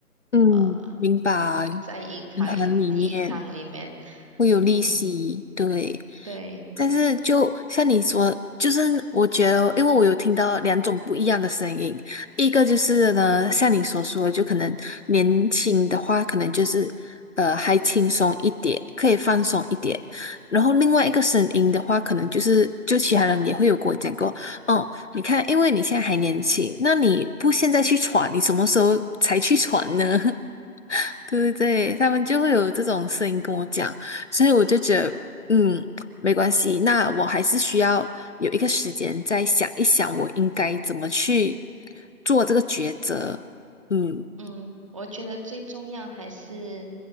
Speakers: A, on the left; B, on the right.
A: 嗯，
B: 呃
A: 明白。
B: 在银行银行里面，
A: 银行里面。会有利息，
B: 嗯，
A: 对。
B: 对。
A: 但是就像你说，就是我觉得，因为我有听到两种不一样的声音，一个就是呢，像你所说，就可能年轻的话，可能就是呃还轻松一点，可以放松一点。然后另外一个声音的话，可能就是就其他人也会有跟我讲过，哦，你看，因为你现在还年轻，那你不现在去闯，你什么时候才去闯呢？对对对，他们就会有这种声音跟我讲，所以我就觉得，嗯，没关系，那我还是需要有一个时间再想一想，我应该怎么去做这个抉择。嗯，
B: 嗯，我觉得最重要还是